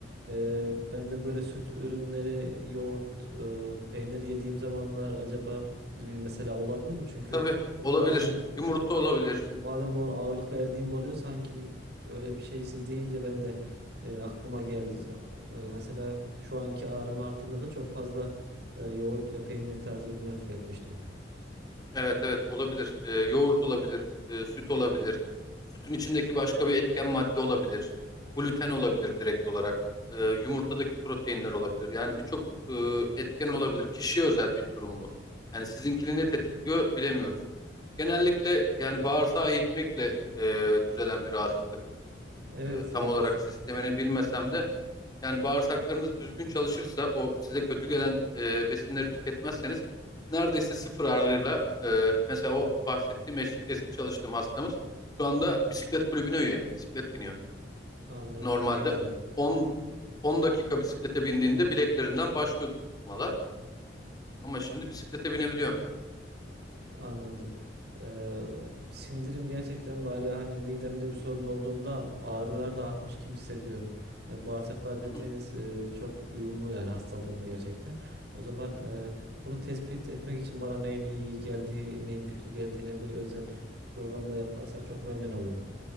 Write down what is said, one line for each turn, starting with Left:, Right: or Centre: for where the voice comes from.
Right: e, ben de böyle süt ürünleri, yoğurt, e, peynir yediğim zamanlar acaba gibi mesela olabilir mi? Çünkü
Left: Tabii olabilir.
Right: bazen
Left: Yumurta
Right: çok
Left: olabilir.
Right: bazen bu ağırlık verdiğim oluyor. Sanki bir, öyle bir şey siz deyince ben de e, aklıma geldi. E, mesela şu anki ağrım arttığında da çok fazla e, yoğurt ve peynir tarzı ürünler tüketmiştim.
Left: Evet evet olabilir. Ee, yoğurt olabilir, e, süt olabilir. Sütün içindeki başka bir etken madde olabilir. Gluten olabilir direkt olarak. Ee, yumurtadaki proteinler olabilir. Yani birçok e, etken olabilir. Kişiye özel bir durum bu. Yani sizinkini ne tetikliyor bilemiyoruz. Genellikle yani bağırsağı eğitmekle e, düzelen bir rahatsızlık.
Right: Evet,
Left: E, tam
Right: evet
Left: olarak sistemini bilmesem de yani bağırsaklarınız düzgün çalışırsa o size kötü gelen e, besinleri tüketmezseniz neredeyse sıfır ağırlığıyla e, mesela o bahsettiğim eski, eski çalıştığım hastamız şu anda bisiklet kulübüne üye. Bisiklet biniyor.
Right: anladım.
Left: Normalde
Right: Ne güzel.
Left: 10 10 dakika bisiklete bindiğinde bileklerinden başlıyordu tutmalar ama şimdi bisiklete binebiliyor.
Right: Anladım. Ee, sindirim gerçekten böyle hani midemde bir sorun olduğunda ağrılar da artmış gibi hissediyorum. Yani bağırsaklar dediğiniz
Left: Hı hı,
Right: e, çok uyumlu yani hastalığımda gerçekten. O zaman e, bunu tespit etmek için bana neyin iyi geldiği, neyin kötü geldiğine bir özel programda yaparsak çok memnun olurum.